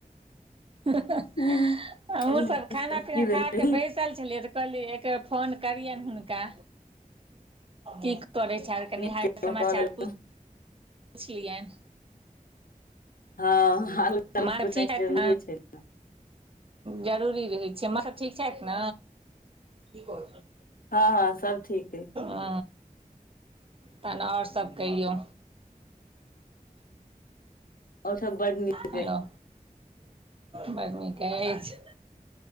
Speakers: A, on the right (about 40°); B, on the left (about 85°).
A: हमहु
B: हूँ, एहिमे
A: सभ
B: डिस्टर्ब
A: खाना पीना
B: की भेलै
A: खा क बैस। पतल छलिय तऽ कहलिय एक बेर फोन करिय हुनका कि कर। कनि
B: नीक
A: हार
B: केलहुँ
A: समाचार
B: कऽ लेलहुँ
A: पुछ लियनि
B: ह हालालइ
A: माँ सब ठीक छथि
B: जरूरी छै ने।
A: जरूरी रहै छै मौछ ठीक छथि न कि कह।
B: हँ हँ सब ठीक अइ
A: ह तहन आओर सभ कहियौ।
B: और सब बड नीक
A: हेलो,
B: अइ
A: बड़ नीक अछि।